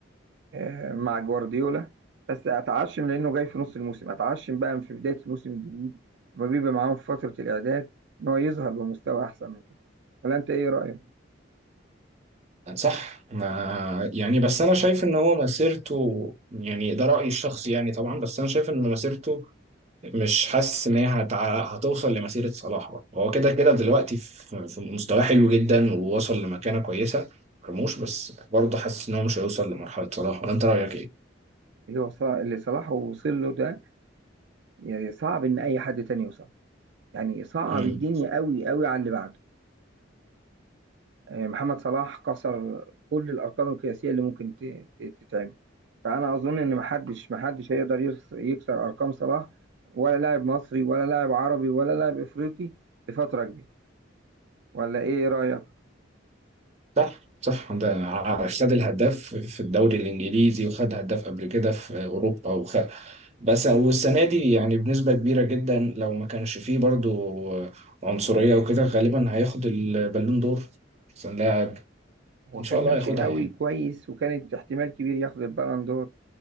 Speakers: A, on the right; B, on the right.
A: آه، مع جوارديولا بس أتعشم لأنه جاي في نص الموسم أتعشم بقى في بداية الموسم الجديد لما بيبقى معاهم في فترة الإعداد إن هو يظهر بمستوى أحسن من كده ولا أنت إيه رأيك؟
B: صح ما يعني بس انا شايف ان هو مسيرته يعني ده رأيي الشخصي يعني طبعا بس انا شايف ان مسيرته مش حاسس ان هي هتع... هتوصل لمسيرة صلاح برضه هو كده كده دلوقتي في... في مستواه حلو جدا ووصل لمكانة كويسة مرموش بس برضه حاسس ان هو مش هيوصل لمرحلة صلاح ولا انت رأيك ايه؟
A: اللي هو ص- اللي صلاح وصل له ده يعني صعب إن أي حد تاني يوصل يعني صعب
B: مم.
A: الدنيا قوي قوي على اللي بعده آه، محمد صلاح كسر كل الارقام القياسيه اللي ممكن ت- ت- تتعمل فانا اظن ان محدش محدش هيقدر يكس- يكسر ارقام صلاح ولا لاعب مصري ولا لاعب عربي ولا لاعب افريقي لفتره كبيره ولا ايه رايك
B: صح صح ده ع- خد الهداف في الدوري الانجليزي وخد هداف قبل كده في اوروبا وخ... بس والسنه دي يعني بنسبه كبيره جدا لو ما كانش فيه برضو عنصريه وكده غالبا هياخد البالون دور احسن لاعب
A: هو
B: ان
A: كان
B: شاء الله
A: ماشي
B: هياخدها
A: قوي
B: يعني
A: كويس وكانت احتمال كبير ياخد البالون دور